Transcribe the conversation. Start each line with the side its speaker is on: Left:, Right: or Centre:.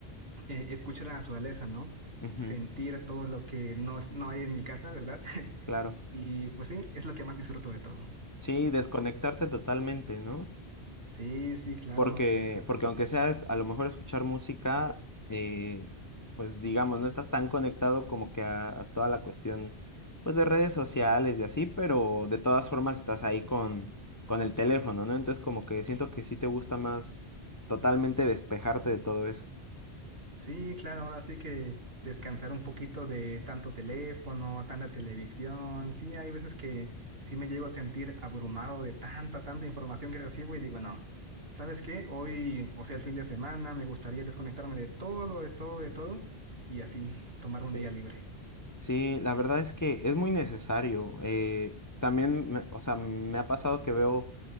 Right: escuchar la naturaleza, ¿no?
Left: Ujú,
Right: Sentir todo lo que no, es- no hay en mi casa, ¿verdad?
Left: Claro.
Right: Y pues sí, es lo que más disfruto de todo.
Left: Sí, desconectarte totalmente, ¿no?
Right: Sí, sí, claro.
Left: Porque, porque aunque seas a lo mejor escuchar música, eh, pues digamos, no estás tan conectado como que a, a toda la cuestión, pues de redes sociales y así, pero de todas formas estás ahí con, con el teléfono, ¿no? Entonces como que siento que sí te gusta más totalmente despejarte de todo eso.
Right: Sí, claro, ahora sí que descansar un poquito de tanto teléfono, tanta televisión. Sí, hay veces que sí me llego a sentir abrumado de tanta, tanta información que recibo y digo, no, ¿sabes qué? Hoy, o sea, el fin de semana, me gustaría desconectarme de todo, de todo, de todo y así tomar un
Left: Sí.
Right: día libre.
Left: Sí, la verdad es que es muy necesario. eh, también, me- o sea, me ha pasado que veo